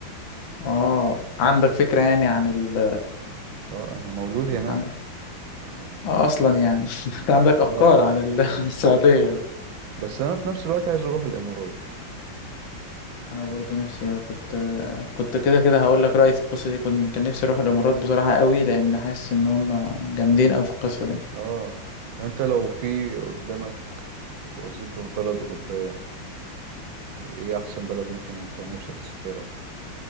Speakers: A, on the left; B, on the right.
A: اه عندك فكرة يعني عن ال...
B: أه أنا مولود هناك
A: عن
B: آه،
A: آه، اصلا يعني <laughs>
B: يعني
A: انت عندك
B: أنا أه
A: افكار عن ال...
B: آه،
A: <laughs> عن
B: بالظبط
A: السعوديه
B: بس أنا في نفس الوقت عايز أروح الإمارات
A: انا برضو نفسي كنت كنت كده كده هقول لك رايي في القصه دي كنت كان نفسي اروح الامارات بصراحه قوي لان حاسس ان هم جامدين قوي في القصه دي
B: أه وأنت لو في قدامك وظيفة في بلد أوروبية إيه أحسن بلد ممكن أنت نفسك تسافرها